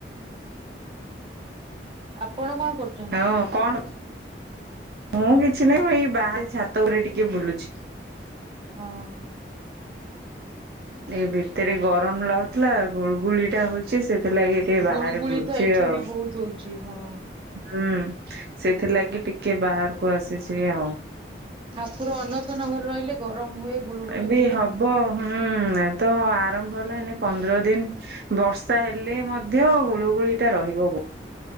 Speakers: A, on the right; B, on the right.
A: ଆପଣ କ'ଣ କରୁଛନ୍ତି?
B: ହଁ କଣ ମୁଁ କିଛି ନାହିଁ ମୁଁ ଏଇ ବାହାରେ ଛାତ ଉପରେ ଟିକେ ବୁଲୁଛି।
A: ହଁ।
B: ଏଇ ଭିତରେ ଗରମ ଲାଗୁଥିଲା ଗୁଳୁଗୁଳି ଟା ହଉଛି। ସେଥିଲାଗି ଟିକେ ବାହାରେ
A: ଗୁଳୁଗୁଳି
B: ବୁଲୁଛି
A: ତ ଏଠି
B: ଆଉ।
A: ବି ବହୁତ ହଉଛି ହଁ
B: ହୁଁ, ସେଥିଲାଗି ଟିକେ ବାହାରକୁ ଆସିଛି ଆଉ।
A: ଠାକୁର ଅନସନ ଘରେ ରହିଲେ ଗରମ ହୁଏ ଗୁଳୁଗୁଳି
B: ଏବେ
A: ହୁଏ
B: ହବ ହୁଁ ତ ଆରମ୍ଭ ହେଲା ଏନେ ପନ୍ଦର ଦିନ ବର୍ଷା ହେଲେ ମଧ୍ୟ ଗୁଳୁଗୁଳି ଟା ରହିବ ବ